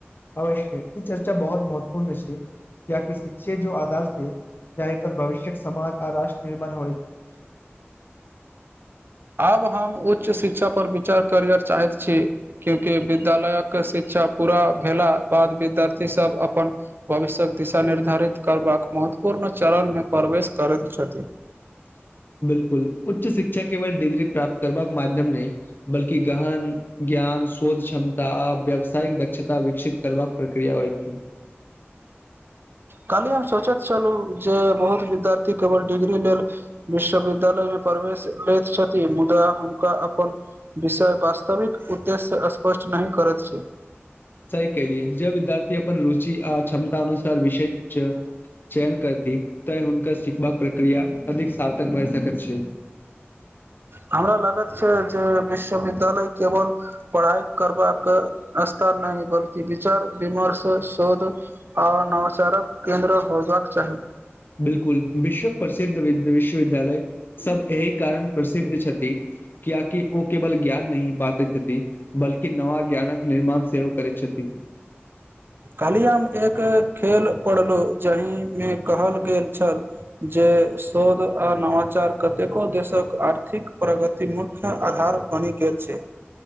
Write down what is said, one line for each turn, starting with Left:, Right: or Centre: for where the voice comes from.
Left: अवश्य ई चर्चा बहुत महत्वपूर्ण छै कियाक शिक्षे जो आधार छै जाई पर भविष्यक समाज आ राष्ट्र निर्माण होइत छै <inaudible>
Right: आब हम उच्च शिक्षा पर विचार करयत चाहैत छी क्योंकि विद्यालयक शिक्षा पूरा भेला बाद विद्यार्थी सब अपन भविष्यक दिशा निर्धारित करबाक महत्व पूर्ण चरणमे प्रवेश करैत छथिन
Left: <inaudible> बिलकुल उच्च शिक्षा केवल डिग्री प्राप्त करबाक माध्यम नहि बल्कि गहन ज्ञान ज्ञान शोध क्षमता आ व्यावसायिक दक्षता विकसित करबाक प्रक्रिया होइत छै <inaudible>
Right: काल्हि हम सोचैत छलू जे बहुत विद्यार्थी केवल डिग्री लेल विश्वविद्यालय मे प्रवेश लैत छथिन मुदा हुनका अपन विषय वास्तविक उद्देश्य स्पष्ट नहि करैत छै
Left: सही कलियए जे विद्यार्थी अपन रुचि आ क्षमता अनुसार विषय च चयन करती तैँ हुनकर सिखबाक प्रक्रिया अधिक साल तक बैढ़ सकैत छै
Right: हमरा लागत छै जे विश्वविद्यालय केवल पढ़ाई करबाक स्तर नहि बल्कि विचार विमर्श शोध आ नवचारक केंन्द्र होयबाक चाही
Left: बिलकुल विश्वक प्रसिद्ध विश्वविद्यालय सब एहि कारण प्रसिद्ध छथि कियाकि ओ केवल ज्ञान नहि बाँटै छथिन बल्कि नवा ज्ञानक निर्माण सेहो करै छथिन <inaudible>
Right: खालियाम एक खेल पढ़लहुँ जहिमे कहल गेल छल जे शोध आ नवाचार कतेको देशक आर्थिक प्रगति मुख्य आधार बनी गेल छै